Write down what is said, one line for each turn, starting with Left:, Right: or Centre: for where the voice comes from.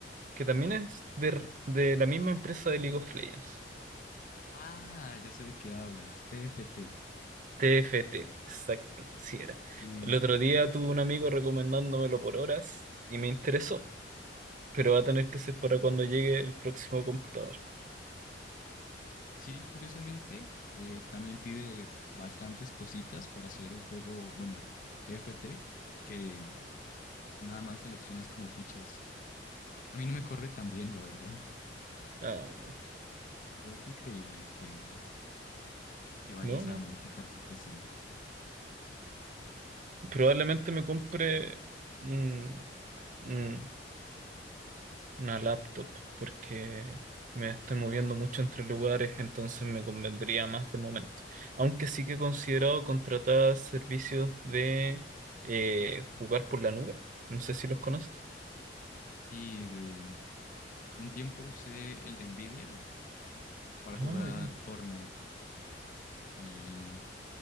Right: que también es de, de la misma empresa de League of Legends.
Left: Ah, ya sé de qué hablas, T F T
Right: T F T exacto, así era.
Left: Sí.
Right: El otro día tuve un amigo recomendándomelo por horas y me interesó, pero va a tener que ser para cuando llegue el próximo computador.
Left: Sí, curiosamente, eh, también pide bastantes cositas para hacer un juego, bueno, T F T que nada más seleccionas como fichas. A mí no me corre tan bien, la verdad.
Right: Ah,
Left: Pero qué increíble que, que vayas
Right: no, no,
Left: a modificar tu P C
Right: Probablemente me compre
Left: <clears throat>
Right: un- un- una laptop porque me estoy moviendo mucho entre lugares, entonces me convendría más de momento. Aunque sí que he considerado contratar servicios de eh, jugar por la nube. No sé si los conoces.
Left: Y de un tiempo usé el de Nvidia para
Right: Ah,
Left: jugar
Right: bien.
Left: Fortnite y